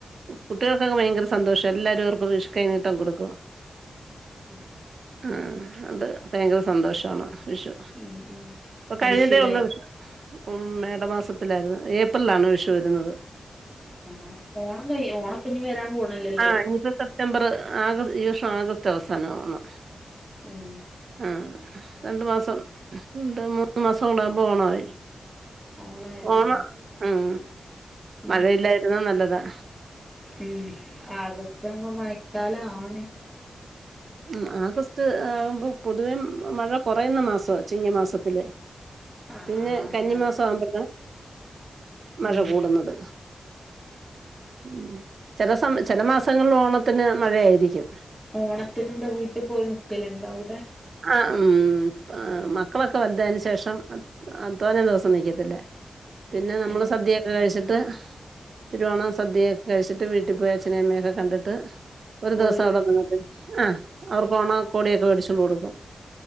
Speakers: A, on the right (about 60°); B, in the centre.
A: കുട്ടികൾക്കൊക്കെ ഭയങ്കര സന്തോഷം എല്ലാരും അവർക്കും വിഷു കൈനീട്ടം കൊടുക്കും
B: ഉം
A: ആഹ ഉണ്ട് ഭയങ്കര സന്തോഷമാണ് വിഷു
B: ഉം ഉം
A: അപ്പൊ
B: വിഷുലെ
A: കഴിഞ്ഞിട്ടേ ഉള്ളൂ വിഷു ഉം മേട മാസത്തിലായിരുന്നു ഏപ്രിലാണ് വിഷു വരുന്നത്
B: ആ ഓണം കൈ ഓണം ഞ്ഞി വരാ പോണല്ലോ
A: ആ ഇത് സെപ്റ്റംബർ ആഗസ്റ്റ് ഈ വർഷം ആഗസ്റ്റ് അവസാനം ആണ്
B: ഉം
A: ആ രണ്ട് മാസം രണ്ട് മൂന്ന് മാസം കൂടാകുമ്പോ ഓണായി
B: ഓണായല്ലല്ലേ
A: ഓണം ഉം
B: ഉം
A: മഴയില്ലായിരുന്ന നല്ലതാ
B: ഉം ആഗസ്റ്റ് ആവുമ്പോ മയക്കാല ആണ്
A: ഉ ആഗസ്റ്റ് ആകുമ്പോ പൊതുവേ മഴ കുറയുന്ന മാസ ചിങ്ങ മാസത്തില്
B: ആ
A: പിന്നെ
B: ആന്ന്
A: കന്നിമാസ ആവുമ്പോത്ത് മഴ
B: ഉം
A: കൂടുന്നത് ഉം ചെല സമ ചെല മാസങ്ങളിൽ ഓണത്തിന് മഴയായിരിക്കും
B: ഓണത്തിന് എന്താ വീട്ടി പോയി നിക്കലുണ്ട അവിടെ?
A: ആഹ് ഉം മക്കളൊക്കെ വലുതായെന് ശേഷം തോനേം ദെവസം നിക്കത്തില്ല പിന്ന നമ്മള്
B: ഏ
A: സദ്യ കഴിച്ചിട്ട് തിരുവോണ സദ്യയൊക്കെ കഴിച്ചിട്ട് വീട്ടി പോയി അച്ഛനേ അമ്മയെക്കെ കണ്ടിട്ട് ഒരു
B: പോരും
A: ദെവസം അവിടെ നിന്നിട്ട് ആഹ് അവർക്ക് ഓണക്കോ ടിയക്കെ മേടിച്ചോണ്ട്‌ കൊടു